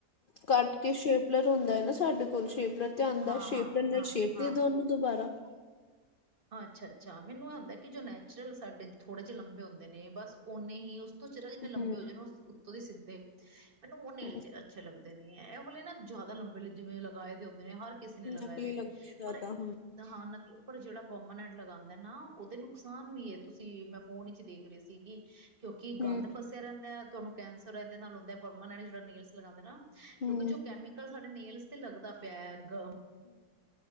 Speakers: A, on the left (about 65°); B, on the right (about 35°).
A: ਕੱਟ ਕਿ ਸ਼ੇਪਲਰ ਹੁੰਦਾ ਹੈ ਨਾ ਸਾਡੇ ਕੋਲ, ਸ਼ੇਪਲਰ ਤੇ ਆਉਂਦਾ,
B: ਹਾਂ
A: ਸ਼ੇਪਲਰ
B: ਹਾਂ
A: ਨਾਲ
B: ਹਾਂ
A: ਸ਼ੇਪ
B: ਹਾਂ
A: ਦੇ ਦਿਓ ਉਹਨੂੰ ਦੁਬਾਰਾ,
B: <inaudible> ਅੱਛਾ! ਅੱਛਾ! ਮੈਨੂੰ ਇਹ ਹੁੰਦਾ ਕਿ ਜੋ ਨੈਚੁਰਲ ਸਾਡੇ ਥੋੜੇ ਜਿਹੇ ਲੰਬੇ ਹੁੰਦੇ ਨੇ, ਬਸ ਓਨੇ ਹੀ ਉਸ ਥੋੜਾ ਜਿਹਾ ਜਿੰਨੇ
A: ਹਮ
B: ਲੰਬੇ ਹੋ ਜਾਏ ਨੇ ਉਹ ਉੱਤੋਂ ਦੀ ਸਿੱਧੇ, ਮੈਨੂੰ ਉਹ ਨੇਲਜ਼
A: ਹਮ
B: ਅੱਛੇ ਲੱਗਦੇ ਨੇ, ਇਹ ਵਾਲੇ ਨਾ ਜ਼ਿਆਦਾ ਲੰਬੇ ਜਿਵੇਂ ਲਗਾਏ ਦੇ ਹੁੰਦੇ ਨੇ ਹਰ ਕਿਸੇ ਨੇ
A: ਨਕਲੀ
B: ਲਗਾਏ ਦੇ ਨੇ,
A: ਲੱਗਦੀ ਹੈ ਜ਼ਿਆਦਾ
B: ਪਰ
A: ਹੁਣ।
B: ਹਾਂ ਨਕਲੀ, ਪਰ ਜਿਹੜਾ ਪਰਮਾਨੈਂਟ ਲਗਾਉਂਦਾ ਨਾ, ਉਹਦੇ ਨੁਕਸਾਨ ਵੀ ਹੈ ਤੁਸੀਂ ਮੈਂ ਫੋਨ ਵਿੱਚ ਦੇਖ ਰਹੀ ਸੀਗੀ। ਕਿਉਂਕਿ
A: ਹੂੰ
B: ਗੰਦ ਫਸਿਆ ਰਹਿੰਦਾ ਹੈ ਤੁਹਾਨੂੰ ਕੈਂਸਰ ਐਦੇ ਨਾਲੋ ਹੁੰਦਾ ਪਰਮਾਨੈਂਟ ਜਿਹੜਾ ਨੇਲਸ ਲਗਾਉਂਦੇ ਨਾ।
A: ਹੂੰ
B: ਕਿਉਂਕਿ ਜੋ ਕੈਮੀਕਲ ਸਾਡੇ ਨੇਲਸ ਤੇ ਲੱਗਦਾ ਪਿਆ ਗ
A: <unintelligible>